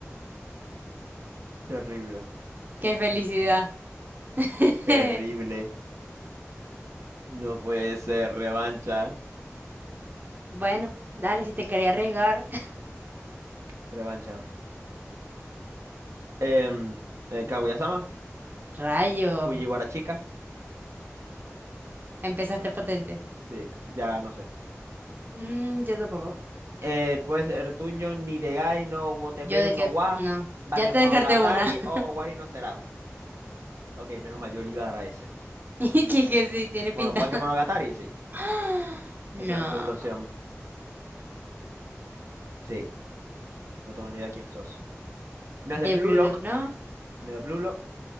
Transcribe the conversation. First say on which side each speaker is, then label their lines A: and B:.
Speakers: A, on the right; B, on the right.
A: Terrible,
B: ¡Qué felicidad! <laughs>
A: terrible. No puede ser, revancha,
B: Bueno, dale, si te quería arriesgar.
A: revancha. Em, eh, Kaguya-sama,
B: <laughs> Rayo,
A: Fujiwara-chika.
B: empezaste potente.
A: Sí, ya no sé.
B: Mm, yo tampoco.
A: Eh, puede ser Dungeon Nidegai no Wotemeru
B: Yo de que,
A: no wa
B: no,
A: Bakemonogatari
B: ya te descarté una. <laughs>
A: o Owari no Seraph. Ok, menos mal, yo le iba a dar a ese.
B: Y que que sí, tiene
A: Bueno,
B: pinta.
A: Bakemonogatari, sí.
B: <gasps> No.
A: Esa era mi segunda opción. Sí, no tengo ni idea quién sos. No es
B: De
A: de Blue
B: Blue
A: Lock.
B: Lock, no.
A: No es de Blue Lock.